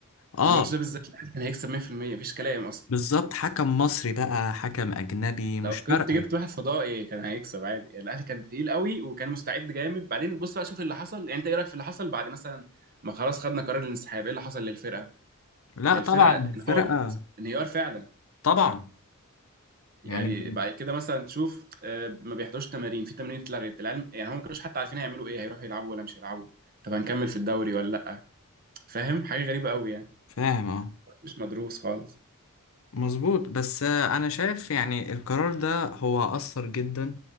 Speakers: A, on the left (about 65°); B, on the right (about 40°).
A: اه
B: في الماتش ده بالذات الاهلي كان هيكسب 100% مفيش كلام اصلا
A: بالظبط
B: يعني
A: حكم مصري بقى حكم اجنبي مش
B: لو
A: فارقه
B: كنت جبت واحد فضائي كان هيكسب عادي يعني الاهلي كان تقيل قوي وكان مستعد جامد بعدين بص بقى شوف اللي حصل يعني انت ايه رايك في اللي حصل بعد مثلا ما خلاص خدنا قرار الانسحاب ايه اللي حصل للفرقه
A: لا
B: الفرقه
A: طبعا الفرقه
B: انهارت انهيار فعلا
A: طبعا
B: يعني
A: يعني
B: بعد كده مثلا تشوف آه، ما بيحضروش تمارين في تمارين اتلغت العلم يعني هم ما كانوش حتى عارفين هيعملوا ايه هيروحوا يلعبوا ولا مش هيلعبوا طب هنكمل في الدوري ولا لا فاهم حاجه غريبه قوي يعني
A: فاهم اه
B: مش مدروس خالص
A: مظبوط بس آه، انا شايف يعني القرار ده هو اثر جدا